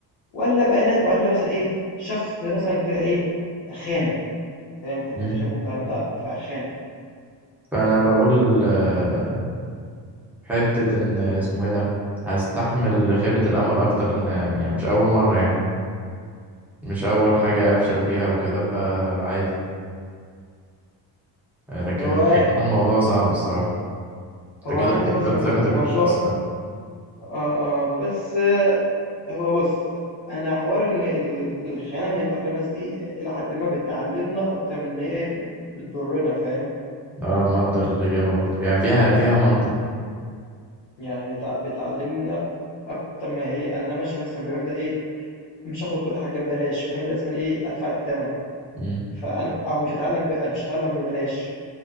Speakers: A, on the left; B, in the centre.
A: والّا بقى ن والّا مثلًا إيه، شخص مثلًا كده إيه، خانك، فاهم، كنت
B: مم.
A: بتحبه والكلام ده فخانك.
B: فأنا بقول آه، حتة إن اسمه إيه ده هستحمل خيبة الأمل أكتر لأن يعني مش أول مرة يعني مش أول حاجة أفشل فيها وكده فعادي آه، لكن
A: هو
B: الخيانة الموضوع صعب الصراحة
A: هو
B: أنت
A: عندك
B: كده بتفقد
A: مثلًا
B: ثقتك
A: ح موضوع
B: في الشخص
A: مث
B: ده
A: آه، آه، بس آه، هو بُص، أنا حوار إن ال الخيانة من أقرب الناس دي إلى حدٍ ما بتعلّمنا أكتر من إن هي إيه، ب بتضرنا فاهم،
B: أه مقدر الإجابة برضه يعني فيها فيها منطق
A: يعني بت بتعلّمنا أكتر ما هي يعني أنا ماشي مثلًا بمبدأ إيه، مش هاخد كل حاجة ببلاش فاهم، لازمًا إيه، أدفع التمن،
B: مم.
A: فأنا أو مش هاتعلّم ب مش هاتعلّم ببلاش،